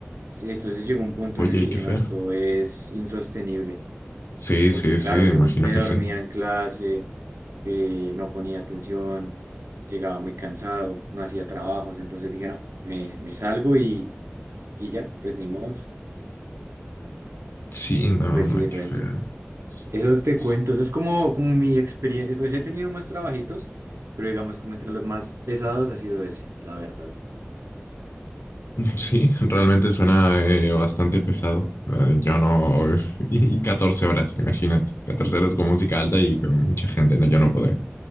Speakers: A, on the right; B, on the left.
A: sí, entonces llegó un punto
B: Oye,
A: en el que
B: qué
A: dije,
B: fea.
A: no, esto es insostenible,
B: Sí,
A: porque
B: sí,
A: claro,
B: sí,
A: yo
B: imagino
A: me me
B: que
A: dormía
B: sí.
A: en clase, eh, no ponía atención, llegaba muy cansado, no hacía trabajos, entonces dije, no, me, me salgo y, y ya, pues ni modo,
B: Sí, no,
A: pues
B: no,
A: sí, Renzo.
B: qué fea. S-
A: Eso te
B: s-
A: cuento, eso es como, como mi experiencia. Pues he tenido más trabajitos, pero digamos, como entre los más pesados ha sido ese, la verdad.
B: Sí, realmente suena eh, bastante pesado. Eh, yo no. <laughs> Y 14 horas, imagínate. catorce horas con música alta y con mucha gente, no, yo no podré.